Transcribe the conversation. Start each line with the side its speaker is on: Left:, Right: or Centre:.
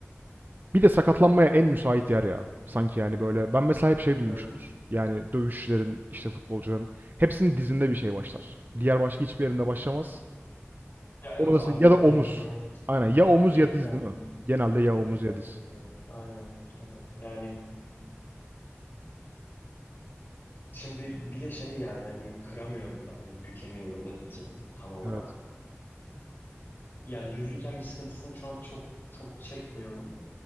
Right: Bir de sakatlanmaya en müsait yer ya. Sanki yani böyle ben mesela hep şey duymuşumdur.
Left: Ee,
Right: Yani dövüşçülerin işte futbolcuların hepsinin dizinde bir şey başlar. Diğer başka hiçbir yerinde başlamaz.
Left: ya evet
Right: Onu da
Left: ağırlık
Right: se- ya da omuz.
Left: biniyor.
Right: Aynen ya omuz
Left: Eklem,
Right: ya diz değil mi? Genelde ya omuz
Left: eklenmiyor
Right: ya diz.
Left: da Aynen, aynen. Yani şimdi bir de şey yani hani kıramıyorum da hani bükemiyorum da dizimi tam olarak.
Right: Evet.
Left: Yani yürürken bir sıkıntısını şu an çok çok çekmiyorum.